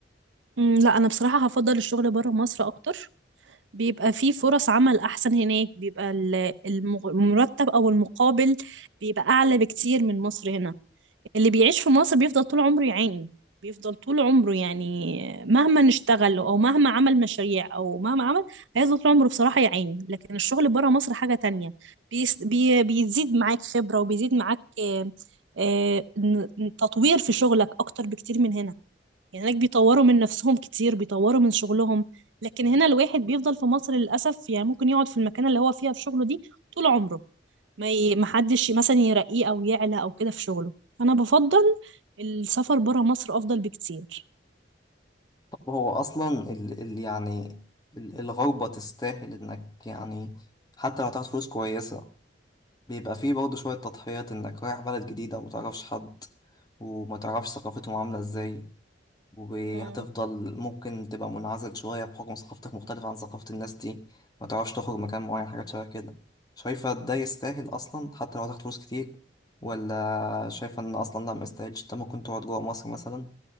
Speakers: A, on the right; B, on the left.
A: مم، لا أنا بصراحة هفضل الشغل بره مصر أكتر بيبقى فيه فرص عمل أحسن هناك بيبقى ال- المغ- المرتب أو المقابل بيبقى أعلى بكتير من مصر هنا اللي بيعيش في مصر بيفضل طول عمره يعاني بيفضل طول عمره يعني مهما نشتغل او مهما عمل مشاريع او مهما عمل هيفضل طول عمره بصراحة يعاني لكن الشغل بره مصر حاجة تانية بيس بي بيزيد معاك خبرة وبيزيد معاك آه، آه، ن- ن- تطوير في شغلك اكتر بكتير من هنا يعني هناك بيطوروا من نفسهم كتير بيطوروا من شغلهم لكن هنا الواحد بيفضل في مصر للأسف يعني ممكن يقعد في المكان اللي هو فيها في شغله دي طول عمره ما ي- ما حدش مثلا يرقيه او يعلى او كده في شغله انا بفضل السفر برا مصر افضل بكتير
B: طب هو أصلا ال ال يعني ال الغربة تستاهل إنك يعني حتى لو هتاخد فلوس كويسة بيبقى فيه برضه شوية تضحيات إنك رايح بلد جديدة ومتعرفش حد ومتعرفش ثقافتهم عاملة إزاي وهتفضل
A: مم.
B: ممكن تبقى منعزل شوية بحكم ثقافتك مختلفة عن ثقافة الناس دي ما تعرفش تخرج مكان معين حاجات شبه كده شايفة ده يستاهل أصلا حتى لو هتاخد فلوس كتير ولا شايفة إن أصلا لا ما يستاهلش أنت ممكن تقعد جوه مصر مثلا